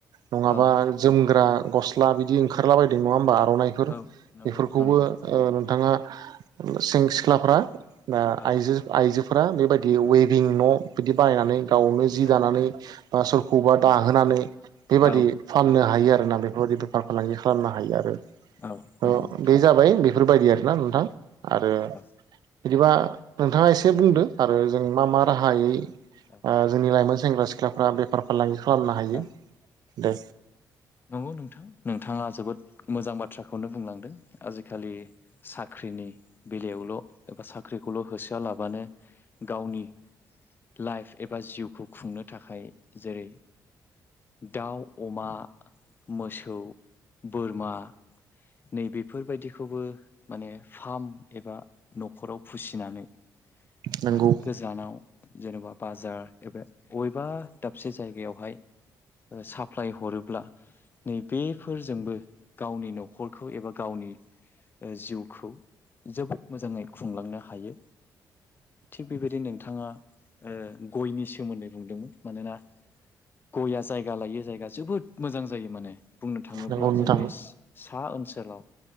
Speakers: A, on the left; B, on the right.
A: नोंथां औ
B: नङाबा
A: औ
B: जोमग्रा गस्ला बिदि ओंखारला बायदों नङा होमबा आर'नाइफोर
A: औ औ नोंथां औ औ नंगौ
B: बेफोरखौबो
A: नोंथां नंगौ
B: ओ नोंथाङा सें सिख्लाफोरा ओ
A: औ
B: आइजो आइजोफोरा बेबायदि वे बिं न' बिदि बायनानै गावनो जि
A: औ
B: दानानै बा सोरखौबा दाहोनानै बेबायदि
A: औ
B: फाननो हायो आरोना बेफोरबायदि बेफार फालांगि खालामनो हायो आरो।
A: औ
B: थ
A: नंगौ नोंथां
B: बे
A: नंगौ
B: जाबाय
A: औ
B: बेफोरबायदि आरोना नोंथां आरो
A: औ
B: बिदिबा नोंथाङा एसे बुंदो आरो जों मा मा राहायै ओ
A: औ
B: जोंनि लाइमोन सेंग्रा सिख्लाफ्रा बेफार फालांगि खालामनो हायो?
A: औ
B: दे
A: नंगौ नोंथां। नोंथाङा जोबोद मोजां बाथ्राखौनो बुंलांदों आजिखालि साख्रिनि बेलायाव ल' एबा साख्रिखौल' होसोआ लाबानो गावनि लाइफ एबा जिउ खौ खुंनो थाखाय जेरै दाउ अमा मोसौ बोरमा नै बेफोरबायदिखौबो माने फार्म एबा न'खराव फिसिनानै
B: नंगौ
A: माने गोजानाव जेनेबा बाजार एबा बबेबा दाबसे जा जायगायावहाय साप्लााय हरोब्ला नै बे फोरजोंबो गावनि न'खरखौ एबा गावनि जिउखौ जोबोद मोजाङै खुंलांनो हायो। थिग बेबायदि नोंथाङा गयनि सोमोन्दै बुंदोंमोन मानोना गया जायगा लायो जायगा जोबोद मोजां जायो माने बुंनो थाङोब्ला
B: नंगौ नोंथां
A: जोंनि सा ओनसोलाव